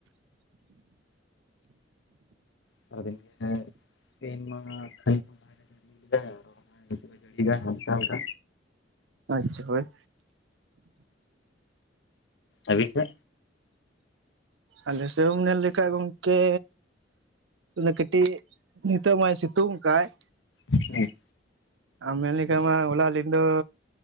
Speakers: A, on the left (about 70°); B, on the right (about 80°).
A: ᱥᱟᱨᱟ ᱜᱮ ᱛᱦᱤᱧ ᱢᱟ <unintelligible> <unintelligible> ᱡᱟᱲᱤᱭᱫᱟ ᱦᱟᱞᱠᱟ ᱦᱟᱞᱠᱟ
B: ᱟᱪᱪᱷᱟ ᱦᱳᱭ
A: ᱟᱵᱮᱱ ᱥᱮ
B: ᱟᱞᱮ ᱥᱮᱫ ᱦᱚᱸᱢ ᱧᱮᱞ ᱞᱮᱠᱷᱟᱡ ᱜᱚᱢᱠᱮ ᱠᱟᱹᱴᱤᱡ ᱱᱤᱛᱟᱹᱜ ᱢᱟᱭ ᱥᱤᱛᱩᱝ ᱠᱟᱭᱜ
A: ᱦᱮᱸ
B: ᱟᱢ ᱢᱮᱱᱞᱮᱠᱷᱟᱡ ᱢᱟ ᱦᱚᱞᱟ ᱧᱤᱫᱟ ᱫᱚ